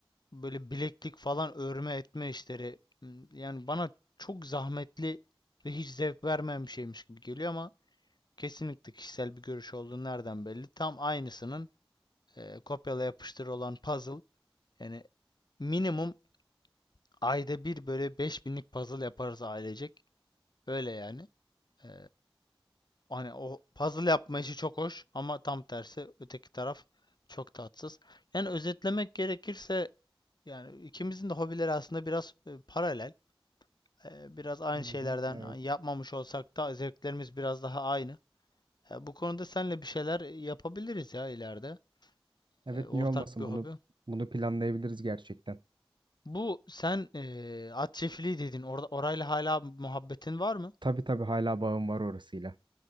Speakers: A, on the left (about 50°); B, on the right (about 55°).
A: böyle bileklik falan örme etme işleri m, yani bana çok zahmetli ve hiç zevk vermeyen bir şeymiş gibi geliyor ama kesinlikle kişisel bir görüş olduğu nereden belli. Tam aynısının e, kopyala yapıştır olan puzzle. Yani minimum ayda bir böyle beş binlik puzzle yaparız ailecek. Öyle yani. Ee, hani o puzzle yapma işi çok hoş ama tam tersi öteki taraf çok tatsız. Yani özetlemek gerekirse yani ikimizin de hobileri aslında biraz e, paralel. Ee, biraz aynı
B: Hı hı,
A: şeylerden
B: evet.
A: yapmamış olsak da zevklerimiz biraz daha aynı. Ee, bu konuda seninle bir şeyler yapabiliriz ya ileride.
B: Evet
A: Ee, ortak
B: niye olmasın
A: bir
B: bunu
A: hobi.
B: bunu planlayabiliriz gerçekten.
A: Bu sen eee at çiftliği dedin. Orada orayla hala muhabbetin var mı?
B: Tabii tabii hala bağım var orasıyla.